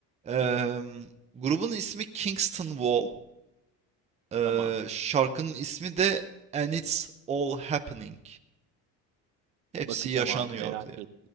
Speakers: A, on the right (about 20°); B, on the right (about 65°).
A: Eee, grubun ismi Kingston Wall. Eee,
B: Tamam.
A: şarkının ismi de And It's All Happening. Hepsi
B: Bakacağım
A: yaşanıyor
B: abi merak
A: diye.
B: et,